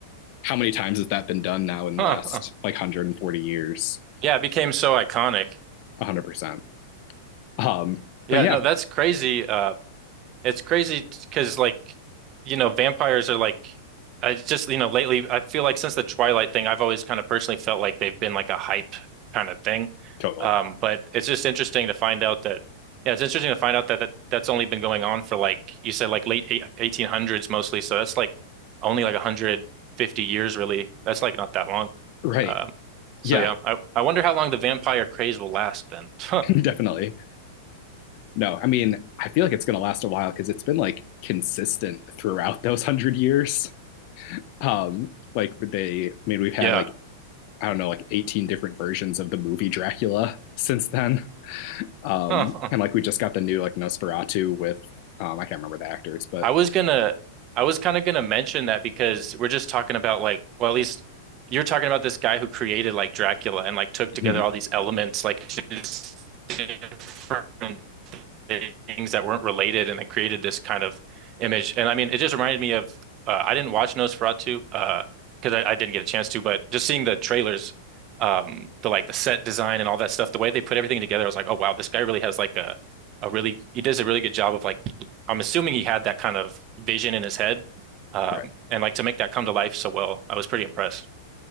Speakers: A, on the left; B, on the right.
A: how many times has that been done now in the
B: Huh,
A: last
B: huh.
A: like 140 years
B: Yeah, it became so iconic.
A: 100% um
B: Yeah,
A: but yeah
B: no, that's crazy. Uh It's crazy because like, you know, vampires are like I just, you know, lately I feel like since the Twilight thing, I've always kind of personally felt like they've been like a hype kind of thing.
A: totally
B: Um, but it's just interesting to find out that yeah, it's interesting to find out that, that that's only been going on for like you said like late eight- 1800s mostly, so that's like only like 150 years really. That's like not that long.
A: right
B: Um,
A: yeah
B: so yeah, I I wonder how long the vampire craze will last then. <laughs>
A: <laughs> definitely no i mean i feel like it's going to last a while because it's been like consistent throughout those 100 years um like they i mean we've had
B: Yeah.
A: like i don't know like 18 different versions of the movie dracula since then Um,
B: <laughs>
A: and like we just got the new like Nosferatu with um, I can't remember the actors, but
B: I was gonna, I was kind of gonna mention that because we're just talking about like, well, at least you're talking about this guy who created like Dracula and like took together
A: hmm,
B: all these elements, like just different things that weren't related and then created this kind of image. And I mean, it just reminded me of, uh, I didn't watch Nosferatu, uh, because I, I didn't get a chance to, but just seeing the trailers, um, the like the set design and all that stuff, the way they put everything together, I was like, oh wow, this guy really has like a, a really, he does a really good job of like I'm assuming he had that kind of vision in his head. Um,
A: right,
B: and like to make that come to life so well, I was pretty impressed.